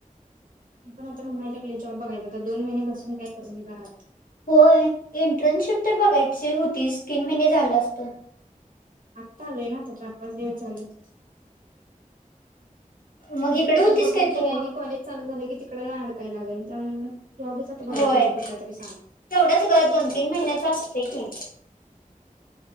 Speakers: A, on the right; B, on the left.
A: मी पण आता म्हणायला लागले जॉब बघायचा तर दोन महिनेबसून काय कस घरात
B: होय एंट्रनशीप तर बघायची होतीस तीन महिने झालं असत..
A: आ चालूय ना आता चार पाच दिवस झालेट
B: मग
A: इंटर्नशिप
B: इकडे होतीस
A: बघू
B: काय
A: तरी
B: तू?
A: आणि कॉलेज चालू झालं की तिकडे अडकाय लागेल त्यामुळे जॉबच आता बघायचा
B: होय,
A: इथं कुठला तरी सांग
B: तेवढंच ग दोन तीन महिन्याच असत की.